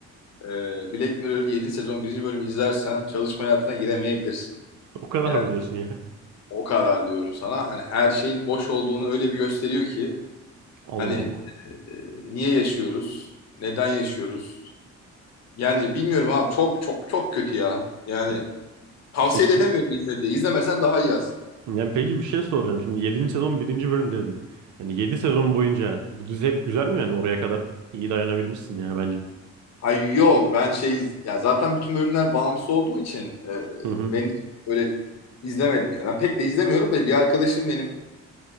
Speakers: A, on the left (about 60°); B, on the right (about 75°).
A: Ee, Black Mirror 7. sezon birinci bölümü izlersen çalışma hayatına giremeyebilirsin.
B: O kadar
A: Yani
B: mı diyorsun ya?
A: o kadar diyorum sana. Hani her şeyin boş olduğunu öyle bir gösteriyor ki
B: <laughs> Allah
A: hani
B: Allah.
A: e, niye yaşıyoruz? Neden yaşıyoruz? Yani bilmiyorum abi çok çok çok kötü ya. Yani
B: E,
A: tavsiye
B: Peki
A: de edemiyorum izle diye. İzlemesen daha iyi aslında.
B: yani peki bir şey soracağım. Şimdi 7. sezon birinci bölüm dedin. Yani 7 sezon boyunca bu dizi hep güzel mi yani oraya kadar iyi dayanabilmişsin yani bence.
A: Ay yok ben şey ya zaten bütün bölümler bağımsız olduğu için e,
B: Hı hı.
A: ben hiç öyle izlemedim yani. Ben pek de izlemiyorum da bir arkadaşım benim